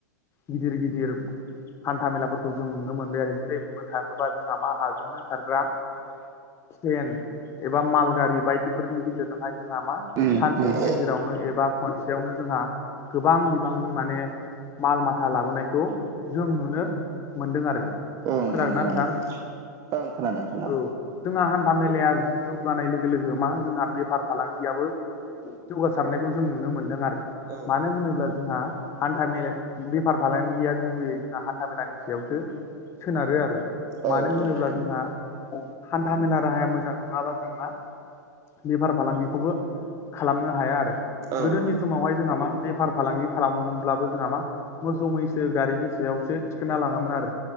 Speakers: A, on the left (about 30°); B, on the right (about 30°).
A: गिदिर गिदिर हान्था मेलाफोरखौ जों नुनो मोनबाय आरो जेरै बुंनो था थाङोबा जोंहा मा हाजोंनो खारग्रा त्रेन एबा माल गारि बायदिफोरनि गेजेरजोंहाय जोंहा मा
B: उम
A: सानसेनि
B: उम
A: जेरावनो एबा खनसेयावनो जोंहा गोबां बिबांनि माने माल माथा लाबोनायखौ जों नुनो मोनदों आरो
B: ओं
A: खोनादों
B: ओं
A: ना
B: ओं
A: नोंथां
B: ओं खोनादों खोनादों
A: औ जोंहा हान्था मेलाया जौगानाय लोगो लोगो मा जोंहा बेफार फालांगियाबो जौगासारनायखौ जों नुनो मोन्दों आरो
B: औ
A: मानो होनोब्ला जोंहा हान्था मेला बेफार फालांगिया गुबैयै जोंहा हान्था मेलानि सायावसो सोनारो आरो। मानो
B: औ
A: होनोब्ला
B: औ नोंथां
A: जोंहा हान्था मेला राहाया मोजां नङाबा जों मा बेफार फालांगिखौबो खालामनो हाया आरो
B: औ
A: गोदोनि
B: औ
A: समावहाय जोंहा मा बेफार फालांगि खालामोमब्लाबो जोंहा मा मोसौ मैसो गारिनि सायावसो थिखोनना लाङोमोन आरो